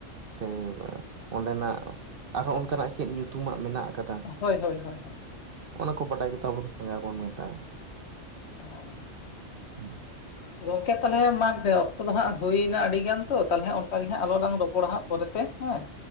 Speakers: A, on the right; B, on the left.
A: ᱥᱮ ᱚᱸᱰᱮᱱᱟᱜ ᱟᱨᱦᱚᱸ ᱚᱱᱠᱟᱱᱟᱜ ᱪᱮᱫ ᱧᱩᱛᱩᱢᱟᱜ ᱢᱮᱱᱟᱜ ᱟᱠ ᱠᱟᱫᱟ
B: ᱦᱳᱭ ᱦᱳᱭ ᱦᱳᱭ ᱦᱳᱭ
A: ᱚᱱᱟ ᱠᱚ ᱵᱟᱰᱟᱭ ᱠᱟᱛᱮ ᱟᱵᱚ ᱫᱚ ᱥᱟᱸᱜᱷᱟᱨ ᱵᱚᱱ ᱢᱮᱛᱟᱜᱼᱟ᱾
B: ᱚᱦᱚᱸ <inaudible>
A: <inaudible>
B: ᱦ ᱜᱚᱝᱠᱮ ᱛᱟᱦᱚᱞᱮ ᱢᱟᱫ ᱚᱠᱛᱚ ᱫᱚ ᱦᱟᱸᱜ ᱦᱩᱭᱱᱟ ᱟᱹᱰᱤ ᱜᱟᱱ ᱛᱚ ᱛᱟᱦᱞᱮ ᱚᱱᱟᱜ ᱜᱮ ᱦᱟᱸᱜ ᱟᱞᱚ ᱞᱟᱝ ᱨᱚᱯᱚᱲᱟ ᱦᱜ ᱯᱚᱨᱮᱛᱮ ᱦᱮᱸ